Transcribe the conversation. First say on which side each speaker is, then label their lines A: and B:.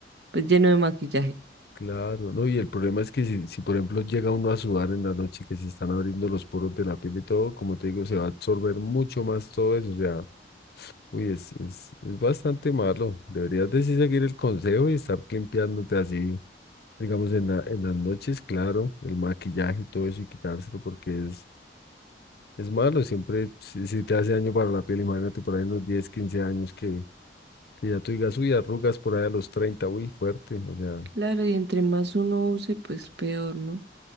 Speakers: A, on the right (about 65°); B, on the left (about 55°).
A: pues lleno de maquillaje.
B: claro, ¿no? Y el problema es que si, si por ejemplo llega uno a sudar en la noche que se están abriendo los poros de la piel y todo, como te digo, se va a absorber mucho más todo eso, o sea, Uy, es, es, es bastante malo. Deberías de sí seguir el consejo y estar limpiándote así, digamos, en la- en las noches, claro, el maquillaje y todo eso y quitárselo porque es, es malo. Siempre, si, si te hace daño para la piel, imagínate por ahí unos diez quince años que, que ya tú digas, uy, arrugas por ahí a los 30 uy, fuerte. O sea,
A: Claro, y entre más uno use, pues peor, ¿no?